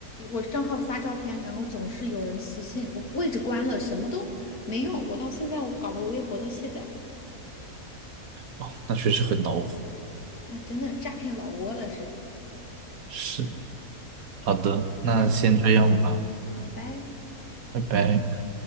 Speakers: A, on the left; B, on the right.
A: 我账号发照片，然后总是有人私信，我位置关了，什么都没用。我到现在我搞得我微博都卸载了
B: 哦，那确实很恼火。
A: 那真的诈骗老窝了是。
B: 是，
A: 好，
B: 好的，那先这样吧，
A: 那好，拜。
B: 拜拜。